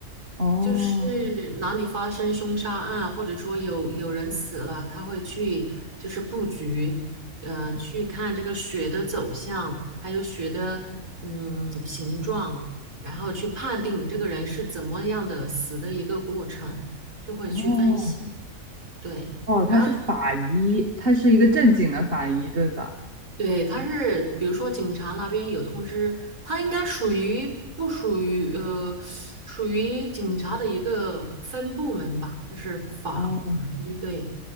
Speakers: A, on the right (about 40°); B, on the right (about 60°).
A: 哦
B: 就是哪里发生凶杀案，或者说有有人死了，他会去就是布局，嗯、去看这个血的走向，还有血的嗯形状。然后去判定你这个人是怎么样的死的一个过程，就会去分析。
A: 哦
B: 对，
A: 哦，他是法医，
B: 然后
A: 他是一个正经的法医，对吧？
B: 对，他是比如说警察那边有通知，他应该属于不属于呃，属于警察的一个分部门吧，就是法法医。
A: 哦。哦
B: 对